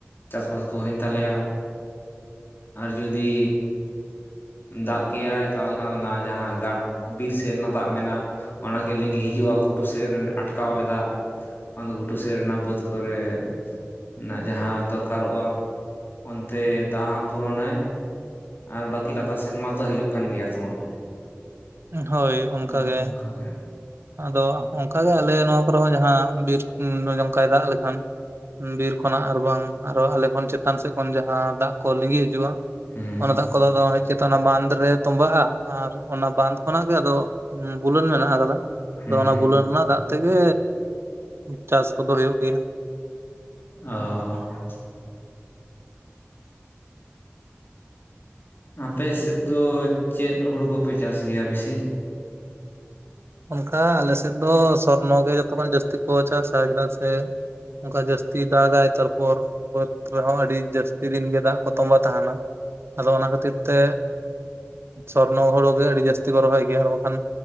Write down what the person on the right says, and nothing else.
ᱟᱪᱪᱷᱟ ᱦᱳᱭ ᱚᱱᱠᱟᱜᱮ
ᱟᱫᱚ ᱚᱱᱠᱟ ᱜᱮ ᱟᱞᱮ ᱱᱚᱣᱟ ᱠᱚᱨᱮ ᱦᱚᱸ ᱡᱟᱦᱟᱸ ᱵᱤᱨ ᱡᱚᱱᱠᱟᱭ ᱫᱟᱜ ᱞᱮᱠᱷᱟᱱ, ᱵᱤᱨ ᱠᱷᱚᱱᱟᱜ ᱟᱨ ᱵᱟᱝ ᱟᱨ ᱦᱚᱸ ᱟᱞᱮ ᱠᱷᱚᱱ ᱪᱮᱛᱟᱱ ᱥᱮᱫ ᱠᱷᱚᱱ ᱡᱟᱦᱟᱸ ᱫᱟᱜ ᱠᱚ ᱞᱤᱸᱜᱤ ᱦᱤᱡᱩᱜᱼᱟ,
ᱚᱱᱟ ᱫᱟ ᱟᱠᱚ ᱫᱚ ᱟᱫᱚᱭ ᱪᱮᱛᱟᱱ ᱵᱟᱸᱫ ᱨᱮ ᱛᱚᱵᱟᱜᱼᱟ ᱟᱨ ᱚᱱᱟ ᱵᱟᱸᱫ ᱠᱷᱚᱱᱟᱜ ᱜᱮ ᱟᱫᱚ ᱵᱩᱞᱟᱹᱱ ᱢᱮᱱᱟᱜ ᱟᱠᱟᱫᱟ
ᱟᱫᱚ ᱚᱱᱟ ᱵᱩᱞᱟᱹᱱ ᱨᱮᱱᱟᱜ ᱫᱟᱜ ᱛᱮᱜᱮ ᱪᱟᱥ ᱠᱚᱫᱚ ᱦᱩᱭᱩᱜ ᱜᱮᱭᱟᱹ᱾
ᱚᱱᱠᱟ ᱟᱞᱮ ᱥᱮᱫ ᱫᱚ ᱥᱚᱨᱱᱚ ᱜᱮ ᱡᱚᱛᱚ ᱠᱷᱚᱱ ᱡᱟᱹᱥᱛᱤ ᱠᱚ ᱪᱟᱥᱟ᱾ ᱪᱮᱫᱟᱜ ᱥᱮ ᱚᱱᱠᱟ ᱡᱟᱹᱥᱛᱤ ᱫᱟᱜᱟᱭ ᱛᱟᱨᱯᱚᱨ ᱵᱟᱹᱫᱽ ᱨᱮᱦᱚᱸ ᱟᱹᱰᱤ ᱡᱟᱹᱥᱛᱤ ᱫᱤᱱ ᱜᱮ ᱫᱟᱜ ᱠᱚ ᱛᱚᱸᱵᱟ ᱛᱟᱦᱮᱱᱟ᱾ ᱟᱫᱚ ᱚᱱᱟ ᱠᱷᱟᱹᱛᱤᱨ ᱛᱮ ᱥᱚᱨᱱᱚ ᱦᱩᱲᱩ ᱜᱮ ᱟᱹᱰᱤ ᱡᱟᱹᱥᱛᱤ ᱠᱚ ᱨᱚᱦᱚᱭ ᱜᱮᱭᱟ᱾ ᱟᱨ ᱵᱟᱠᱷᱟᱱ